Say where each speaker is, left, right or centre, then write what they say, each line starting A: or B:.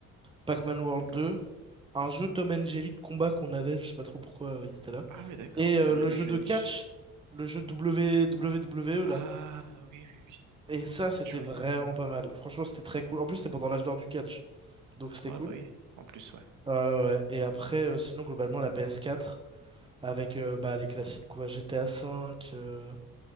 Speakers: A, on the right; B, on the right.
A: Pac-Man World
B: D'accord.
A: 2 un jeu Tom and Jerry de combat qu'on avait, je sais pas trop pourquoi euh, il était là.
B: Ah oui, d'accord.
A: Et
B: Purée,
A: euh, le
B: le
A: jeu
B: jeu
A: de
B: niche.
A: catch, le jeu W- W W E là.
B: Ah oui, oui, oui.
A: Et ça, c'était
B: Je vois
A: vraiment
B: exactement.
A: pas mal. Franchement, c'était très cool. En plus, c'était pendant l'âge d'or du catch, donc c'était
B: Ouais,
A: cool.
B: bah oui. En plus, ouais.
A: Euh, ouais. ouais. Et après, euh, sinon, globalement, la PS4, avec euh, bah, les classiques, quoi. GTA V, euh,